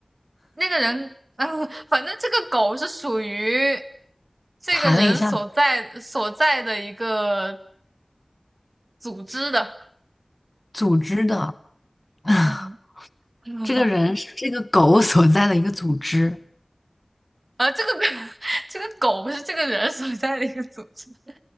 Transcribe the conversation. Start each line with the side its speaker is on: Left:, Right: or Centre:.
Right: 那个人，呃，反正这个狗是属于这个人所在所在的一个
Left: 谈了一下，
Right: 组织的，
Left: 组织的，<laughs> <sighs>
Right: 嗯。<laughs>
Left: 这个人是这个狗所在的一个组织，
Right: 啊，这个 <laughs> 这个狗不是这个人所在的一个组织。